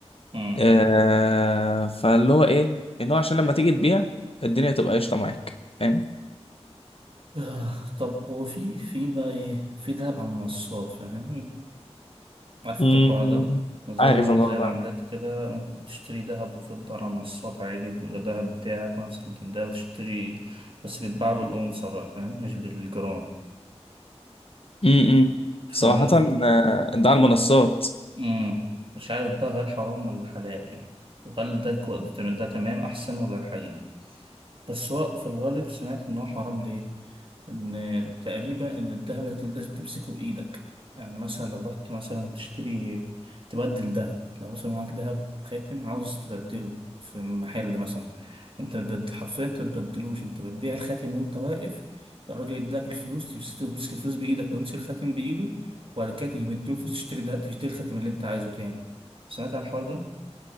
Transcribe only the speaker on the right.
أمم.
آه طب هو في في بقى ايه في دهب على المنصات فاهم عارف
انت الحوار ده زي
ما
زي العملات
كده ممكن تشتري دهب وفضة على المنصات عادي وبيبقى دهب بتاعك نفس قيمة الدهب تشتري بس بيتباع بالأونصة بقى فاهم مش بالجرام
فاهم
مم. مش عارف بقى هل حرام ولا حلال يعني وهل ده كو- ده تمام ده تمام أحسن ولا حقيقي بس هو في الغالب سمعت إن هو حرام ليه ان تقريبا ان الذهب لازم لازم تمسكه بايدك يعني مثلا لو رحت مثلا تشتري تبدل ذهب لو مثلا معاك ذهب خاتم عاوز تبدله في محل مثلا انت بتبد حرفيا انت بتبدلوش انت بتبيع الخاتم وانت واقف الراجل يديلك الفلوس يمس- تمسك الفلوس بايدك ويمسك الخاتم بايده وبعد كده تيجي مديله الفلوس تشتري ده تشتري الخاتم اللي انت عايزه تاني سمعت عن الحوار ده؟